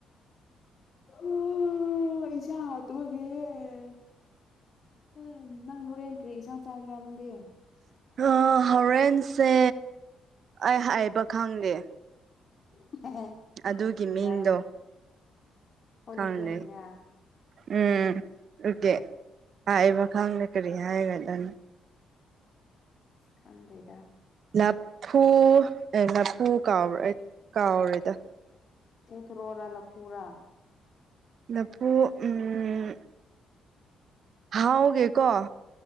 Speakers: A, on the left; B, on the right.
A: <unintelligible> ꯌꯦꯟꯁꯥꯡ ꯍꯥꯎꯇꯕꯒꯤꯅꯦ ꯎꯝ ꯅꯪ ꯍꯣꯔꯦꯟ ꯀ꯭ꯔꯤ ꯏꯟꯁꯥꯡ ꯆꯥꯒꯦꯔꯥ ꯅꯪꯗꯤ
B: ꯑꯥ ꯍꯧꯔꯦꯟꯁꯦ ꯑꯩ ꯍꯥꯏꯕ ꯈꯪꯗꯦ
A: <unintelligible>
B: ꯑꯗꯨꯒꯤ
A: ꯀꯔꯤꯔꯥ
B: ꯃꯤꯡꯗꯣ
A: ꯑꯩꯈꯣꯏ
B: ꯈꯪꯗꯦ
A: ꯂꯣꯀꯦꯜꯒꯤꯔꯥ
B: ꯎꯝ ꯎꯀꯦ ꯍꯥꯏꯕ ꯈꯪꯗꯦ ꯀꯔꯤ ꯍꯥꯏꯔꯗꯣꯏꯅꯣ
A: ꯈꯪꯗ꯭ꯔꯦꯗ
B: ꯂꯐꯨ ꯑꯦ ꯂꯐꯨ ꯀꯥꯎꯔ ꯑꯦ ꯀꯥꯎꯔꯣꯢꯗ
A: ꯊꯥꯔꯣꯔꯥ ꯂꯐꯨꯔꯥ
B: ꯂꯐꯨ ꯎꯝ ꯍꯥꯎꯒꯤꯀꯣ